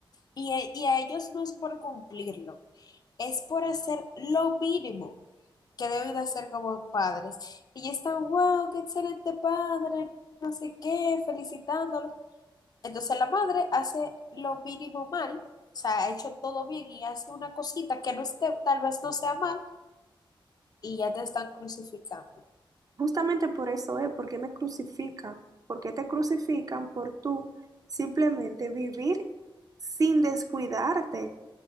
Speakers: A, on the left; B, on the right.
A: Y, e- y a ellos no es por cumplirlo, es por hacer lo mínimo que deben de hacer como padres. Y ya están, wow, qué excelente padre, no sé qué, felicitándolo. Entonces la madre hace lo mínimo mal, o sea, ha hecho todo bien y hace una cosita que no esté, tal vez no sea mal, y ya te están crucificando.
B: Justamente por eso es, porque me crucifican. porque te crucifican por tú simplemente vivir sin descuidarte?